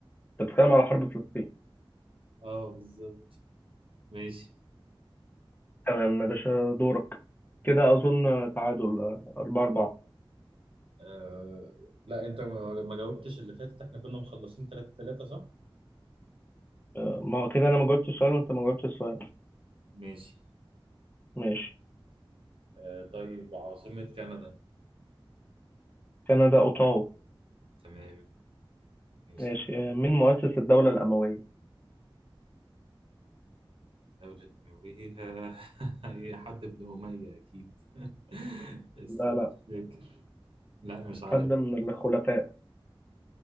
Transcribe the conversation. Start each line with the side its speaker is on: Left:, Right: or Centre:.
Left: انت بتتكلم على حرب فلسطين
Right: اه بالظبط ماشي
Left: تمام يا باشا دورك كده اظن آه، تعادل آه، أربعة أربعة
Right: آه لا انت ما ما جاوبتش اللي فاتت احنا كنا مخلصين 3 3 صح؟
Left: آه، ما هو كده انا ما جاوبتش السؤال وانت ما جاوبتش السؤال
Right: ماشي
Left: ماشي
Right: آه طيب عاصمة كندا
Left: كندا اوتاوا
Right: تمام ماشي
Left: ماشي آه، مين مؤسس الدولة الأموية
Right: الدولة الأموية <laughs> هي حد ابن أمية أكيد <laughs> بس
Left: لا
Right: مش
Left: لا
Right: فاكر لا مش عارف
Left: حد من الخلفاء